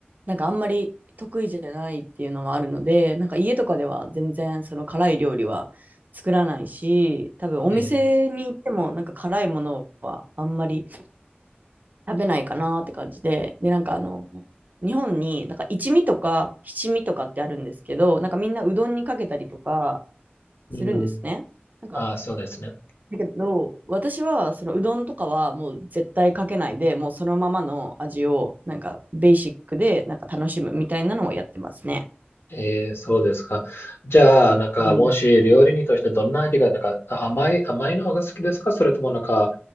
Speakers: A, on the right; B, on the left.
A: なんかあんまり得意じゃないっていうのもあるので、なんか家とかでは全然その辛い料理は作らないし、多分お店に行ってもなんか辛いものはあんまり
B: えー
A: 食べないかなって感じで、で、なんかあの、日本になんか一味とか七味とかってあるんですけど、なんかみんなうどんにかけたりとかするんですね。
B: うん。
A: なんか
B: ああ、そうですね。
A: だけど、私は、そのうどんとかはもう絶対かけないで、もうそのままの味を、なんかベーシックで、なんか楽しむみたいなのをやってますね。
B: えー、そうですか。じゃあ、なんか、
A: うん。
B: もし料理人としてどんな味が、なんか、甘い、甘いの方が好きですかそれともなんか、